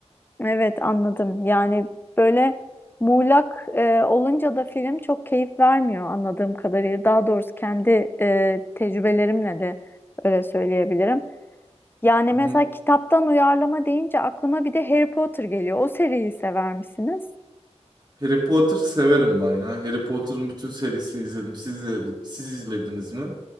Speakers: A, on the left; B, on the right.
A: Evet anladım. Yani böyle muğlak e, olunca da film çok keyif vermiyor anladığım kadarıyla. Daha doğrusu kendi e, tecrübelerimle de öyle söyleyebilirim. Yani
B: Hı
A: mesela
B: hı.
A: kitaptan uyarlama deyince aklıma bir de Harry Potter geliyor. O seriyi sever misiniz?
B: Harry Potter severim ben ya. Harry Potter'ın bütün serisini izledim. Siz, izledi- siz izlediniz mi?